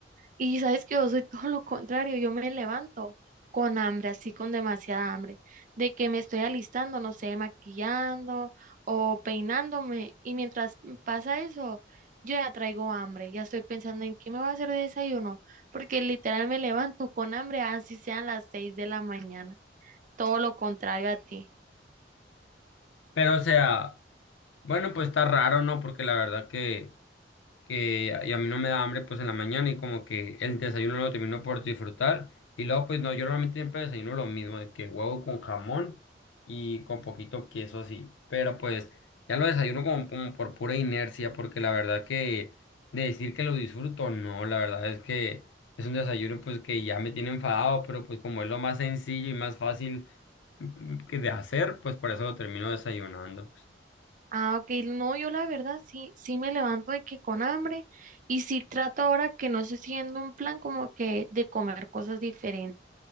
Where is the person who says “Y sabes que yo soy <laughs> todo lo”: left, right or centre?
Right